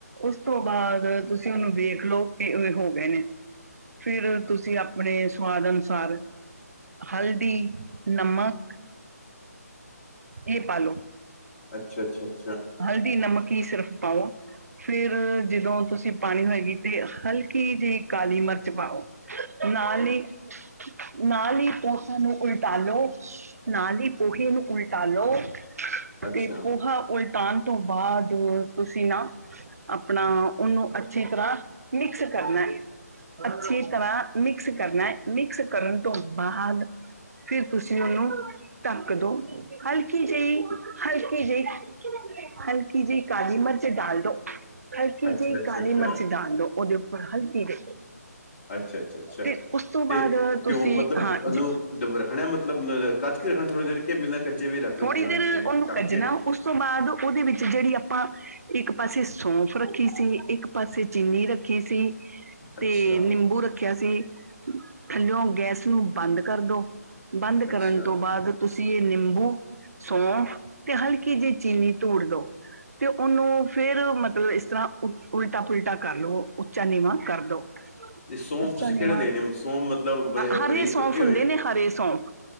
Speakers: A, on the right; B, on the left.
A: ਉਸ ਤੋਂ ਬਾਅਦ ਤੁਸੀਂ ਉਹਨੂੰ ਫੇਰ ਦੇਖ ਲਓ ਕਿ ਇਹ ਹੋ ਗਏ ਨੇ ਫਿਰ ਤੁਸੀਂ ਆਪਣੇ ਸਵਾਦ ਅਨੁਸਾਰ ਹਲਦੀ, ਨਮਕ ਇਹ ਪਾ ਲੋ।
B: ਅੱਛਾ-ਅੱਛਾ।
A: ਹਲਦੀ, ਨਮਕ। ਕੀ ਸਿਰਫ ਪਾਓ ਫਿਰ ਜਦੋਂ ਤੁਸੀਂ ਪਾਣੀ ਹੋਏਗੀ ਤੇ ਹਲਕੀ ਜਿਹੀ ਕਾਲੀ ਮਿਰਚ ਪਾਓ। ਨਾਲ ਈ ਨਾਲ ਈ ਪੋਹਾ ਨੂੰ ਉਲਟਾ ਲੋ ਨਾਲ ਈ। ਉਹੀ ਨੂੰ ਉਲਟਾ ਲੌ।
B: ਅੱਛਾ,
A: ਤੇ ਪੋਹਾ ਉਲ ਟਣ ਤੋਂ ਬਾਅਦ ਤੁਸੀਂ ਨਾ ਆਪਣਾ ਉਹਨੂੰ ਅੱਛੀ ਤਰ੍ਹਾਂ ਮਿਕਸ ਕਰਨਾ, ਅੱਛੀ ਤਰ੍ਹਾਂ ਮਿਕਸ ਕਰਨਾ ਹੈ ਮਿਕਸ ਕਰਨ ਤੋਂ ਬਾਅਦ ਫਿਰ ਤੁਸੀਂ ਉਹਨੂੰ ਢੱਕ ਦੋ ਹਲਕੀ ਜਿਹੀ ਹਲਕੀ ਜਿਹੀ ਹਲਕੀ ਜਿਹੀ ਕਾਲੀ ਮਿਰਚ ਡਾਲ ਦੋ। ਹਲਕਿ
B: ਅੱਛਾ,
A: ਜੀ
B: ਅੱਛਾ,
A: ਕਾਲੀ
B: ਅੱਛਾ।
A: ਮਿਰਚ ਦਾਲ ਦੋ ਉਹਦੇ ਉੱਪਰ ਹਲਕੀ ਜੀ
B: ਅੱਛਾ, ਅੱਛਾ, ਅੱਛਾ
A: ਤੇ ਉਸ ਤੋਂ ਬਾਅਦ
B: ਤੇ
A: ਤੁਸੀਂ
B: ਪਿਓ ਮਤਲਬ
A: ਹਾਂ
B: ਉਹਨੂੰ
A: ਜ
B: ਦਬ ਰੱਖਣਾ ਹੈ, ਮਤਲਬ ਨ ਕੱਜ ਕੇ ਰੱਖਣਾ ਥੋੜੀ ਦੇਰ ਕੇ ਬਿਨਾਂ ਕੱਜੇ ਵੀ ਰੱਖ
A: ਥੋੜ੍ਹੀ
B: ਸਕਦੇ ਹਾਂ
A: ਦੇਰ
B: ਜਿਵੇਂ
A: ਉਹਨੂੰ
B: ਢੱਕ
A: ਕੱਜਣਾ,
B: ਕੇ?
A: ਉਸ ਤੋਂ ਬਾਅਦ ਉਹਦੇ ਵਿੱਚ ਜਿਹੜੀ ਆਪਾਂ ਇੱਕ ਇੱਕ ਪਾਸੇ ਸੌਂਫ ਰੱਖੀ ਸੀ, ਇੱਕ ਪਾਸੇ ਚੀਨੀ ਰੱਖੀ ਸੀ। ਤੇ
B: ਅੱਛਾ,
A: ਨਿੰਬੂ ਰੱਖਿਆ ਸੀ। ਥੱਲਿਓ ਗੈਸ ਨੂੰ ਬੰਦ ਕਰਦੋ। ਬੰਦ
B: ਅੱਛਾ
A: ਕਰਨ ਤੋਂ ਬਾਅਦ ਤੁਸੀਂ ਇਹ ਨਿੰਬੂ, ਸੌਂਫ ਤੇ ਹਲਕੀ ਜਿਹੀ ਚੀਨੀ ਤੋੜ ਦੋ ਤੇ ਉਹਨੂੰ ਫੇਰ ਮਤਲਬ ਇਸ ਤਰ੍ਹਾਂ ਉ ਉਲਟਾ ਪੁਲਟਾ ਕਰ ਲਉ ਉੱਚਾ ਨੀਵਾਂ ਕਰਦੋ। ਉੱਚਾ
B: ਤੇ ਸੌਂਫ ਤੁਸੀਂ
A: ਨੀਵਾਂ
B: ਕਿਹੜੇ ਲੈਣੇ ਸੌਂਫ ਮਤਲਬ ਬ
A: ਹਰੇ
B: ਬਰੀਕ
A: ਸੌਂਫ
B: ਕੁੱਟੇ
A: ਹੁੰਦੇ
B: ਹੋਏ?
A: ਨੇ ਹਰੇ ਸੌਂਫ।